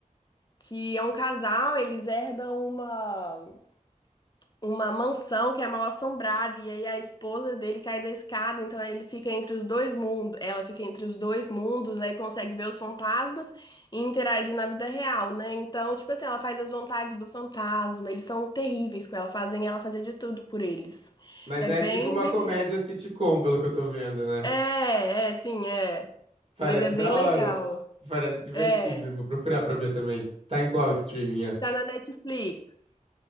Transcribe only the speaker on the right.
Mas
é
tipo uma
comédia
sitcom, pelo que eu tô vendo, né?
Parece
da
hora. Parece divertido.
Vou procurar pra ver também. Tá em qual streaming essa?